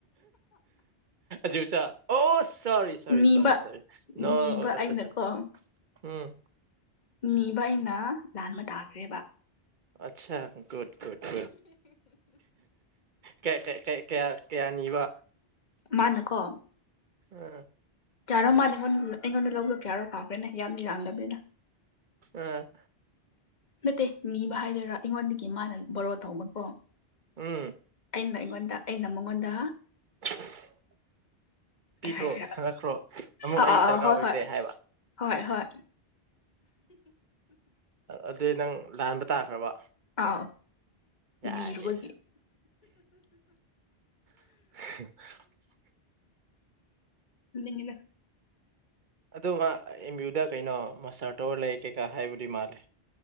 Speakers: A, on the right; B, on the left.
A: ꯖꯤꯆꯥ ꯑꯣ ꯁꯣꯔꯤ ꯁꯣꯔꯤ
B: ꯅꯤꯕ
A: ꯁꯣꯔꯤ ꯁꯣꯔꯤ ꯅꯣ
B: ꯅꯤꯕ
A: ꯑꯥꯠꯆꯆꯥ
B: ꯑꯩꯅꯀꯣ
A: ꯎꯝ
B: ꯎꯝ ꯑꯩꯅ ꯂꯥꯟꯕ ꯇꯥꯈ꯭ꯔꯦꯕ
A: ꯑꯆꯥ ꯒꯨꯗ ꯒꯨꯗ ꯀꯦ ꯀ ꯀ ꯀꯌꯥ ꯀꯌꯥ ꯅꯤꯕ
B: ꯃꯥꯅ ꯀꯣ
A: ꯑꯝ
B: ꯌꯥꯔꯣ ꯃꯥꯜꯅꯤꯉꯣꯟ ꯑꯩꯉꯣꯟꯗ ꯂꯧꯗ ꯀ ꯌꯥꯔꯣ ꯀꯥꯎꯈ꯭ꯔꯦꯅꯦ ꯌꯥꯝꯗꯤ ꯌꯥꯝꯗꯕꯅꯤꯗ
A: ꯑ
B: ꯅꯠꯇꯦ ꯅꯤꯕ ꯍꯥꯏꯗꯣꯏꯔꯥ ꯑꯩꯉꯣꯟꯗꯒꯤ ꯃꯥꯅ ꯕꯣꯔꯣ ꯇꯧꯕꯀꯣ
A: ꯎꯝ
B: ꯑꯩꯅ ꯑꯩꯉꯣꯟꯗ ꯑꯩꯅ ꯃꯉꯣꯟꯗ
A: <unintelligible> ꯄꯤꯈ꯭ꯔꯣ
B: ꯀꯩ ꯍꯥꯏꯁꯤꯔꯥ
A: ꯍꯪꯉꯛꯈ꯭ꯔꯣ ꯑꯃꯨꯛ
B: ꯑꯥ
A: ꯑꯩ
B: ꯑꯥ
A: ꯗꯔꯀꯥꯔ
B: ꯑꯥ ꯍꯣꯏ
A: ꯑꯣꯏꯈꯔ꯭ꯦ
B: ꯍꯣꯏ
A: ꯍꯥꯏꯕ
B: ꯍꯣꯏ ꯍꯣꯏ
A: ꯑꯗꯨ ꯅꯪ ꯂꯥꯟꯕꯗ ꯇꯥꯈ꯭ꯔꯕ
B: ꯍꯥ
A: ꯌꯥꯏ
B: ꯅꯤꯔꯨꯕꯒꯤ
A: ꯌꯥꯏ <unintelligible>
B: ꯏ ꯏꯉꯅ
A: ꯑꯗꯨ ꯃꯥ ꯑꯦꯝ ꯌꯌꯨꯗ ꯀꯩꯅꯣ ꯃꯁꯇꯔꯇꯔ ꯂꯩ ꯀꯩꯀꯥ ꯍꯥꯏꯕꯨꯗꯤ ꯃꯥꯜꯂꯦ